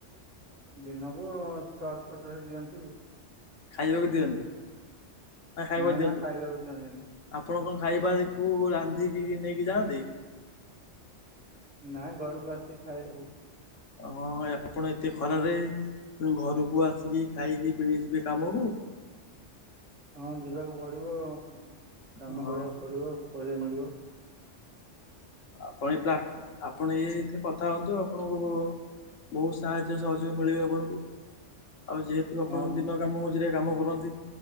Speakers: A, on the right; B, on the left.
A: ଦିନକୁ ଛଅଶ ପଚାଶ ଦିଅନ୍ତି।
B: ଖାଇବାକୁ ଦିଅନ୍ତି ନା ଖାଇବାକୁ
A: ନା
B: ଦିଅନ୍ତି।
A: ନା ଖାଇବାକୁ ଦିଅନ୍ତିନି
B: ଆପଣଙ୍କ ଖାଇବାକୁ ରାନ୍ଧିକି ନେଇକି ଯାଆନ୍ତି।
A: ନାଇଁ ଘରକୁ ଆସିିକି ଖାଇଏ ଆଉ।
B: ହଁ ଆପଣ ଏତେ ଖରାରେ ଘରକୁ ଆସିକି ଖାଇକି ପଣି ଯିବେ କାମକୁ।
A: ହଁ ଯିବାକୁ ପଡିବ କାମ
B: ହଁ
A: କରିବାକୁ ପଡିବ ପଇସା ମିଳିବ।
B: ଆପଣ ଏଇ ପ୍ ଆପଣ ଏଇ ଏଇଥିରେ କଥା ହୁଅନ୍ତୁ ଆପଣଙ୍କୁ। ବହୁତ ସାହାଯ୍ୟ ସହଯୋଗ ମିଳିବ ଆପଣଙ୍କୁ ଆଉ ଯେହେତୁ ଆପଣଙ୍କ
A: ହଁ
B: ଦିନ କାମ ଖୁସିରେ କାମ କରନ୍ତି